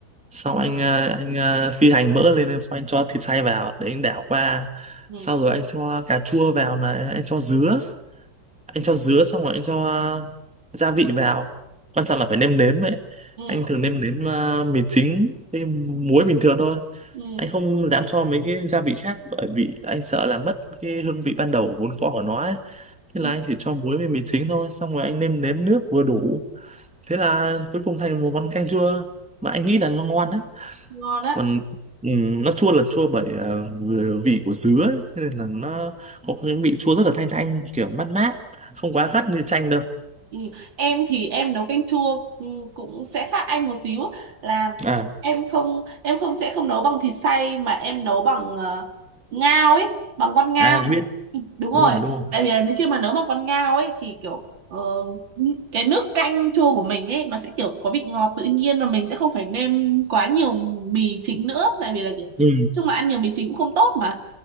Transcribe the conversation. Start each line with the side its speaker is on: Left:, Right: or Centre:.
Centre: xong
Right: Ờ,
Centre: anh ờ, anh ờ, phi hành mỡ lên xong anh cho thịt xay vào để anh đảo qua
Right: ừ
Centre: sau rồi anh cho cà chua vào này anh cho dứa anh cho dứa xong rồi anh cho à, gia vị vào quan trọng là phải nêm nếm ấy
Right: ừ
Centre: anh Ờ. thường nêm nếm à, mì chính với muối bình thường thôi
Right: ừ,
Centre: anh không dám cho mấy cái gia vị khác bởi vì anh sợ là mất cái hương vị ban đầu vốn có của nó ấy thế
Right: ừ,
Centre: là anh chỉ cho muối với mì chính thôi xong rồi anh nêm nếm nước vừa đủ thế là cuối cùng thành một món canh chua mà anh nghĩ là nó ngon đấy
Right: ngon đấy
Centre: còn ừm, nó chua là chua bởi à, vừa vị của dứa ấy. thế nên là nó có cái vị chua rất là thanh thanh kiểu mát mát không quá gắt như chanh đâu
Right: ừ. em thì em nấu canh chua ừ, cũng sẽ khác anh một xíu là
Centre: à
Right: em không em không sẽ không nấu bằng thịt xay mà em nấu bằng ờ, ngao ấy bằng con ngao
Centre: à biết
Right: đúng rồi
Centre: đúng rồi đúng rồi
Right: tại vì là khi mà nấu mà con ngao ấy thì kiểu ờ, cái nước canh chua của mình ấy nó sẽ kiểu có vị ngọt tự nhiên và mình sẽ không phải nêm quá nhiều mì chính nữa tại vì là kiểu
Centre: ừ
Right: chung là ăn nhiều mì chính cũng không tốt mà